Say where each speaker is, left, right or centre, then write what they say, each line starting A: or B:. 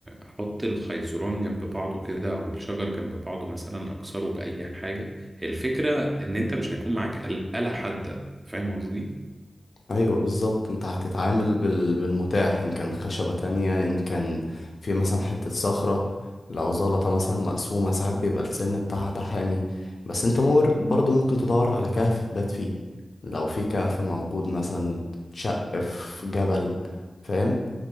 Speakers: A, on the right; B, on the left.
A: احط الخيزران جنب بعضه كده او الشجر جنب بعضه مثلا اكسره باي حاجة هي الفكرة ان انت مش هيكون معاك آل- آلة حادة فاهم قصدي
B: ايوه بالظبط انت هتتعامل بال... بالمتاح ان كان خشبة تانية ان كان في مثلا حتة صخرة لو زلطة مثلا مقسومة ساعات بيبقى السن بتاعها ده حامي بس انت مور... برضو ممكن تدور على كهف تبات فيه لو في كهف موجود مثلا شق في جبل فاهم